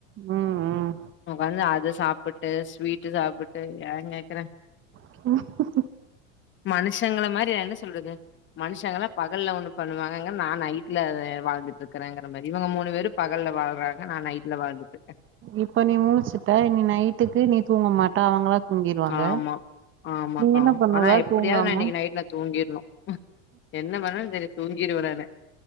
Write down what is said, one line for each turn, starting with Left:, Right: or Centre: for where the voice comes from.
Right: ம் ம்
Left: உட்காந்து அத சாப்பிட்டு ஸ்வீட்டு சாப்பிட்டு ஏன் கேக்குறேன்
Right: <inaudible>
Left: மனுஷங்கள மாதிரி என்ன சொல்றது மனுஷங்க பகல்ல ஒண்ணு பண்ணுவாங்கங்க நான் நைட்ல வாழ்ந்துட்டு இருக்கறேங்கிற மாதிரி இவங்க மூணு பேரும் பகல்லல வாழ்றாங்க நான் நைட்ல வாழ்ந்துட்டுக்கேன்
Right: இப்ப நீ முழச்சுட்ட நீ நைட்டுக்கு நீ தூங்க மாட்டா அவங்களா தூங்கிருவாங்க
Left: ஆமா ஆமாக்கா
Right: நீ என்ன பண்ணுவ
Left: ஆனா எப்படியாவது
Right: தூங்காம
Left: நான் இன்னைக்கு நைட்ல தூங்கிடணும் என்ன பண்ணலாம் சரி தூங்கிடுவேன் நானு